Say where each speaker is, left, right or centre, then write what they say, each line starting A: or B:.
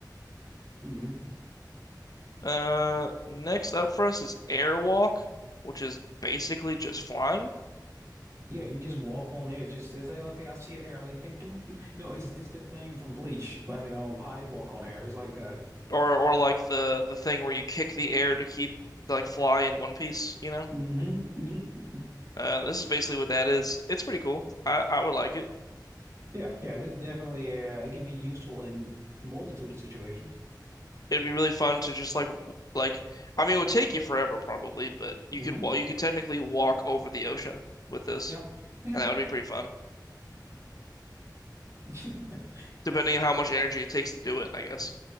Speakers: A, on the right (about 40°); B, on the left (about 55°).
A: hmm
B: Uh, next up for us is airwalk, which is basically just flying,
A: Yeah, you just walk on air. Just to say, okay, I see an air. I like think, do do." no, it's it's that thing from Bleach. Why they all how they walk on air. It's like that.
B: or or like the the thing where you kick the air to keep like fly in one piece, you know?
A: hmm <laughs>
B: Uh, this is basically what that is. It's pretty cool. I I would like it.
A: Yeah, yeah. This definitely uh, it can be useful in a multitude of situations.
B: It'd be really fun to just like w- like I mean it would take you forever probably, but you
A: hmm
B: could well you could technically walk over the ocean with this,
A: Yeah, yeah,
B: and that would be pretty fun,
A: <laughs>
B: depending on how much energy it takes to do it, I guess.